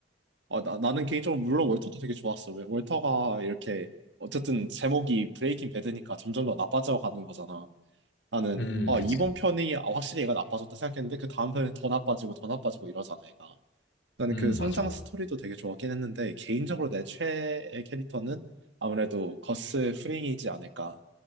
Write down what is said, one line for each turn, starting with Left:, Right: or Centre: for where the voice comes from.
Right: 어, 나, 나는 개인적으로 물론 월터도 되게 좋았어. 왜 월터가 이렇게, 어쨌든 제목이 브레이킹 배드니까 점점 더 나빠져 가는 거잖아. 나는
Left: 음,
Right: 아
Left: 그치.
Right: 이번 편이 아, 확실히 얘가 나빠졌다 생각했는데 그 다음 편이 더 나빠지고 더 나빠지고 이러잖아 얘가 나는
Left: 음,
Right: 그 성장
Left: 맞아.
Right: 스토리도 되게 좋았긴 했는데 개인적으로 내 최애 캐릭터는 아무래도 거스 프링이지 않을까